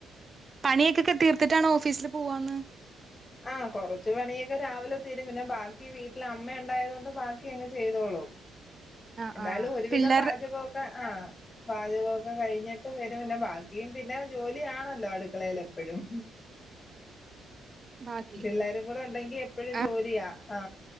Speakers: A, on the right; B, on the left.
A: പണിയൊക്കെക്കെ തീർത്തിട്ടാണോ ഓഫീസിൽ പോവാന്ന്
B: ആ കൊറച്ച് പണിയൊക്കെ രാവിലെ തീരും പിന്നെ ബാക്കി വീട്ടിൽ അമ്മ ഇണ്ടായത് കൊണ്ട് ബാക്കി അങ്ങ് ചെയ്തോളും
A: ആ
B: എന്നാലും
A: ആ
B: ഒരുവിധം
A: പിള്ളേർ
B: പാചകോ ഒക്കെ ആ പാചക ഒക്കെ കഴിഞ്ഞിട്ട് ഇവര് പിന്നെ ബാക്കിയും പിന്നെ ജോലിയാണല്ലോ അടുക്കളെൽ എപ്പഴും
A: ബാക്കി
B: പിള്ളെരും കൂടെ ഉണ്ടെങ്കി എപ്പഴും
A: ആ
B: ജോലിയാ ആ